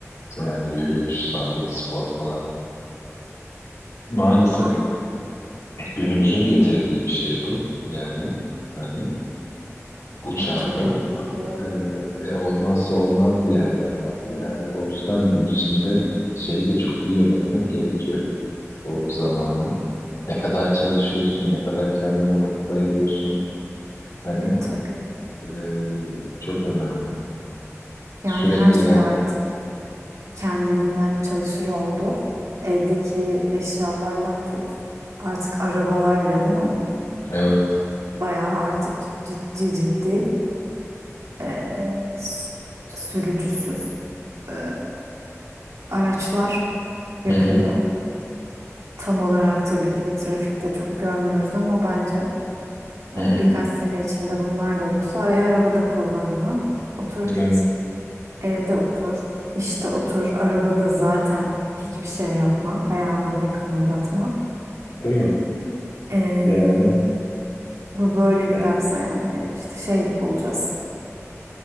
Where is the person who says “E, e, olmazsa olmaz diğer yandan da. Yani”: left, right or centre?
Left